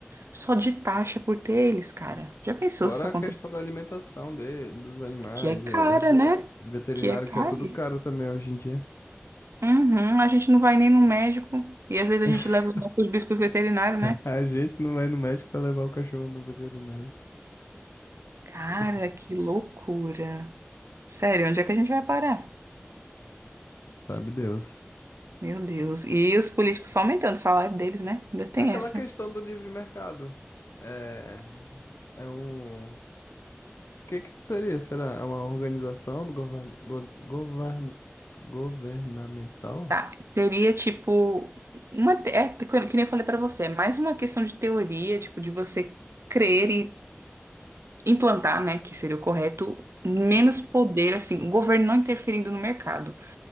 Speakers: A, on the right; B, on the left.
A: só de taxa por ter eles, cara? Já pensou
B: Fora
A: se isso acontece?
B: a questão da alimentação de... dos animais,
A: Que é cara,
B: é
A: né?
B: veterinário
A: Que é caro,
B: que é tudo caro também hoje em dia.
A: Uhum, a gente não vai nem no médico. E às vezes
B: <laughs>
A: a gente leva os nossos bichos pro veterinário, né?
B: A gente não vai no médico para levar o cachorro no veterinário.
A: Cara,
B: <laughs>
A: que loucura. Sério, onde é que a gente vai parar?
B: Sabe Deus.
A: Meu Deus. E os políticos só aumentando o salário deles, né? Ainda tem
B: É Aquela
A: essa.
B: questão do livre mercado. É, é um. O que que seria? Será? É uma organização do govern... go- govern- governamental?
A: Tá, seria tipo uma te- é, que nem eu falei pra você, é mais uma questão de teoria, tipo de você crer e implantar, né, que seria o correto, menos poder assim, o governo não interferindo no mercado,